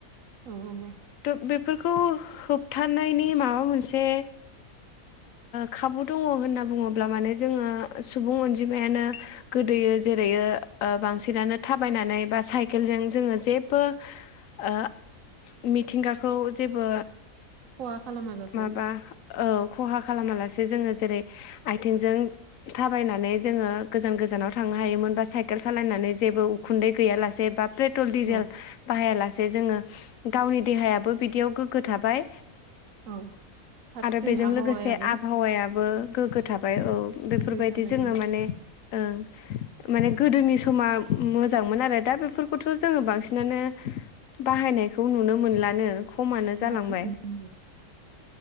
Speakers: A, on the right; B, on the left.
A: औ नंगौ।
B: थ' बेफोरखौ होबथनायनि माबा मोनसे खाबु दङ होनना बुङोब्ला माने जोङो सुबुं अनजिमायानो गोदोयो जेरैयो बांसिनानो थाबायनानै बा साइकेलजों जोङो जेबो ओ मिथिंगाखौ जेबो
A: खहा खालामाजासे
B: माबा औ खहा खालामालासे जोङो जेरै आथिंजों थाबायनानै जोङो गोजान गोजानाव थांनो हायोमोन बा साइकेल सालायनानै जेबो उखुन्दै गैयालासे बा पेट्रल डिजेल
A: औ
B: बाहायालासे जोङो गावनि देहायाबो बिदियाव गोग्गो थाबाय।
A: औ फारसेथिं
B: आरो बेजों
A: आबहावायाबो
B: लोगोसे आबहावायाबो गोग्गो थाबाय औ। बेफोरबायदि
A: गोग्गोयै थाबाय
B: जोङो माने ओं माने गोदोनि समा मोजांमोन आरो दा बेफोरखौथ' जोङो बांसिनानो बाहायनायखौ नुनो मोनलानो खमानो
A: <inaudible>
B: जालांबाय